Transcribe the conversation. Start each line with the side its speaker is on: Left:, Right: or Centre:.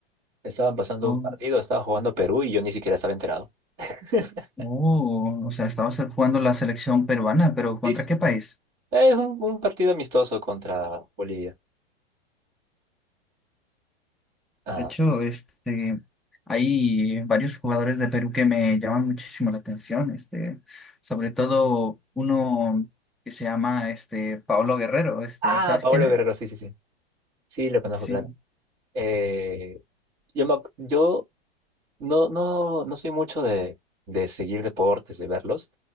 Right: Estaban pasando
Centre: Oh,
Right: un partido, estaba jugando Perú y yo ni siquiera estaba enterado. <laughs>
Centre: oh, o sea, estabas jugando la selección peruana, pero ¿contra
Right: Sí, sí,
Centre: qué
Right: sí.
Centre: país?
Right: Es un, un partido amistoso contra Bolivia. Ah,
Centre: De hecho, este, hay varios jugadores de Perú que me llaman muchísimo la atención, este, sobre todo uno que se llama este Pablo Guerrero, este,
Right: ah,
Centre: ¿sabes
Right: Paolo
Centre: quién es?
Right: Guerrero, sí, sí, sí. Sí, lo conozco,
Centre: Sí,
Right: claro. Eh, yo me ac- yo no, no, no soy mucho de, de seguir deportes, de verlos,